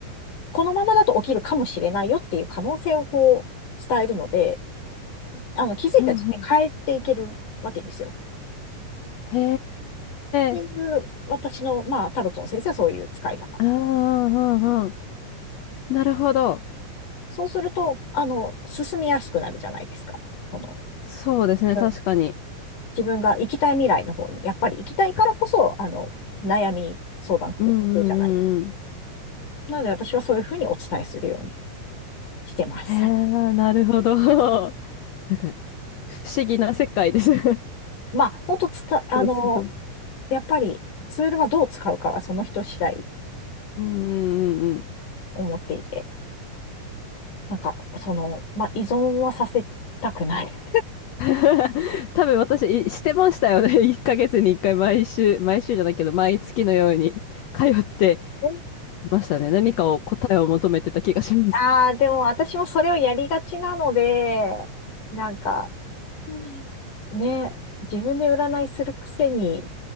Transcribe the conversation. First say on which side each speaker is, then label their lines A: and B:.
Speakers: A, on the left; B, on the left.
A: このままだと起きるかもしれないよっていう可能性をこう伝えるので、あの、気づいた時点で変えていけるわけですよ。
B: うんうん。へ
A: っていう私の、
B: え。
A: まあ、タロットの先生はそういう使い方。
B: うんうんうんうん。なるほど。
A: そうすると、あの、進みやすくなるじゃないですか。この、
B: そうですね、
A: うん、
B: 確かに。
A: 自分が行きたい未来の方に、やっぱり行きたいからこそ、あの、悩み相談くるじゃないですか。
B: うんうんうんうん。
A: なので私はそういうふうにお伝えするようにしてます。
B: へえ、なるほど。<laughs> なんか、不思議な世界です。<laughs>
A: まあ、もっとつた、あの、
B: でもすごい。
A: やっぱりツールはどう使うかはその人次第
B: うんうんうんうん。
A: 思っていて、なんか、その、まあ、依存はさせたくない。
B: <laughs> 多分私、いしてましたよね。<laughs> 1ヶ月に1回毎週、毎週じゃないけど、毎月のように通って
A: <laughs> うん
B: ましたね。何かを答えを求めてた気がします。
A: ああでも私もそれをやりがちなので、なんか、うんね、自分で占いするくせに、